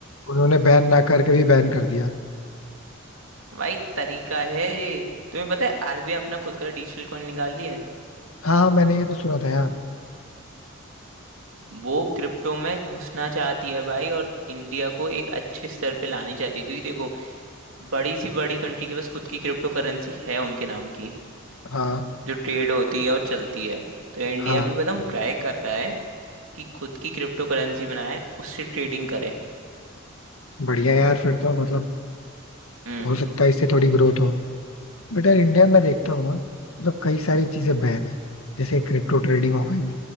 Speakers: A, on the left; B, on the right.
A: उन्होंने बैन ना करके भी बैन कर दिया
B: भाई तरीका है ये तुम्हें पता है आरबीआई अपना खुद का डिजिटल कॉइन निकाल ली है
A: हाँ हाँ, मैंने ये तो सुना था यार
B: वो क्रिप्टो में घुसना चाहती है भाई और इंडिया को एक अच्छे स्तर पे लानी चाहती है क्योंकि देखो बड़ी सी बड़ी कंट्री के पास खुद की क्रिप्टो करेंसी है उनके नाम की
A: हाँ
B: जो ट्रेड होती है और चलती है तो इंडिया
A: हाँ
B: भी बताऊँ ट्राई कर रहा है कि खुद की क्रिप्टो करेंसी बनाए उससे ट्रेडिंग करे
A: बढ़िया यार फिर तो मतलब
B: हम्म
A: हो सकता है इससे थोड़ी ग्रोथ हो बट यार इंडिया में देखता हूँ ना मतलब कई सारी चीजें बैन है जैसे क्रिप्टो ट्रेडिंग हो गई